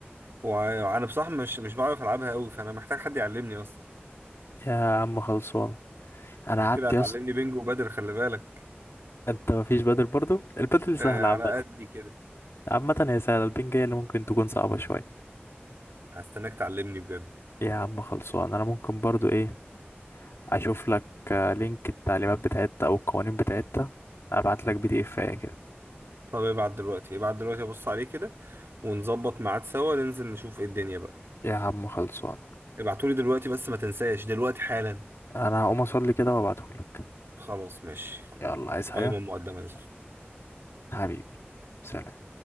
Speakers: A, on the right (about 70°); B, on the left (about 85°).
A: وع- وانا بصراحة مش مش بعرف العبها قوي فانا محتاج حد يعلمني اصلا
B: يا عم خلصان انا قعدت
A: كده هتعلمني
B: يا اسطى
A: بينج وبدر خلي بالك
B: انت مفيش بدل برضو البدل سهل
A: آه
B: عامه
A: على قدي كده
B: عامه هي سهله البنج هي اللي ممكن تكون صعبه شويه
A: هستناك تعلمني بجد
B: يا عم خلصان انا ممكن برضو ايه اشوف لك آه، لينك التعليمات بتاعتها او القوانين بتاعتها ابعت لك بي دي اف كده
A: طب ابعت دلوقتي ابعت دلوقتي ابص عليه كده ونظبط ميعاد سوا ننزل نشوف ايه الدنيا بقى
B: يا عم خلصان
A: ابعتولي دلوقتي بس ما تنساش دلوقتي حالا
B: انا هقوم اصلي كده وابعتهولك
A: خلاص ماشي
B: يلا عايز حاجة
A: قائمة مقدمة
B: حبيبي سلام